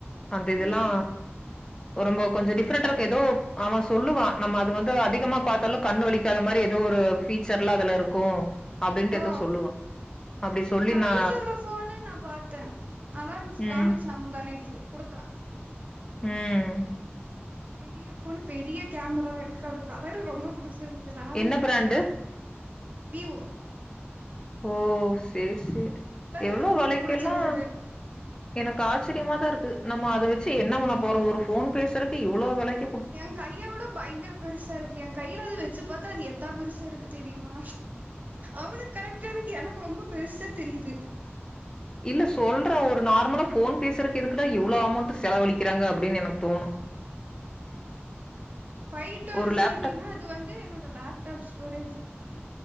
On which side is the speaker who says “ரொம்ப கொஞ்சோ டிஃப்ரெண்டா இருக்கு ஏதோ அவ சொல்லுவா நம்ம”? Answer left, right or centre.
Left